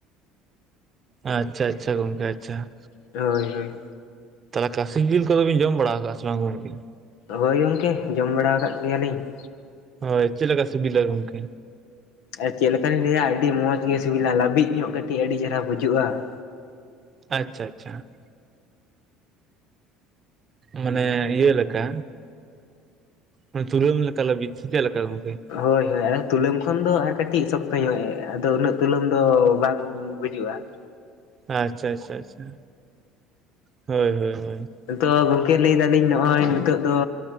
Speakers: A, on the right; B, on the left.
A: ᱟᱪᱪᱷᱟ ᱟᱪᱪᱷᱟ ᱜᱚᱢᱠᱮ ᱟᱪᱪᱷᱟ ᱾
B: ᱦᱳᱭ ᱦᱳᱭ
A: ᱛᱟᱦᱚᱞᱮ ᱠᱟᱥᱤ ᱡᱤᱞ ᱠᱚᱫᱚᱵᱤᱱ ᱡᱚᱢ ᱵᱟᱲᱟ ᱟᱠᱟᱫᱼᱟ ᱥᱮ ᱵᱟᱝ ᱜᱚᱢᱠᱮ?
B: ᱦᱳᱭ ᱜᱚᱢᱠᱮ ᱡᱚᱢ ᱵᱟᱲᱟ ᱟᱠᱟᱫ ᱜᱮᱭᱟᱞᱤᱧ ᱾
A: ᱦᱳᱭ ᱪᱮᱫᱮ ᱞᱮᱠᱟ ᱥᱩᱵᱤᱫᱽᱞᱟ ᱜᱚᱢᱠᱮ?
B: ᱟᱨ ᱪᱮᱫ ᱞᱮᱠᱟᱤᱧ ᱞᱟᱹᱭᱟ ᱟᱹᱰᱤ ᱢᱚᱸᱡᱽ ᱜᱮ ᱥᱤᱵᱤᱞᱟ, ᱞᱟᱹᱵᱤᱫ ᱧᱚᱜ ᱠᱟᱹᱴᱤᱡ ᱟᱹᱰᱤ ᱪᱮᱦᱨᱟ ᱵᱩᱡᱩᱜᱼᱟ ᱾
A: ᱟᱪᱪᱷᱟ ᱟᱪᱪᱷᱟ ᱾ ᱢᱟᱱᱮ ᱤᱭᱟᱹ ᱞᱮᱠᱟ? ᱢᱟᱱᱮ ᱛᱩᱞᱟᱹᱢ ᱞᱮᱠᱟ ᱞᱟᱵᱤᱫ, ᱥᱮ ᱪᱮᱫ ᱞᱮᱠᱟ ᱜᱚᱢᱠᱮ?
B: ᱦᱳᱭ ᱦᱳᱭ ᱛᱩᱞᱟᱹᱢ ᱠᱷᱚᱱ ᱫᱚ ᱟᱨ ᱠᱟᱹᱴᱤᱡ ᱥᱚᱠᱛᱚ ᱧᱚᱜ ᱟᱫᱚ ᱩᱱᱟᱹᱜ ᱛᱩᱞᱟᱹᱢ ᱫᱚ ᱵᱟᱝ ᱾ ᱦᱤᱡᱩᱜᱼᱟ ᱾
A: ᱟᱪᱪᱷᱟ ᱟᱪᱪᱷᱟ ᱟᱪᱪᱷᱟ ᱦᱳᱭ ᱦᱳᱭ ᱦᱳᱭ ᱾
B: ᱟᱛᱚ ᱜᱚᱝᱠᱮ ᱞᱟᱹᱭ ᱫᱟᱞᱤᱧ ᱱᱚᱜᱼᱚᱭ ᱱᱤᱛᱚᱜ ᱫᱚ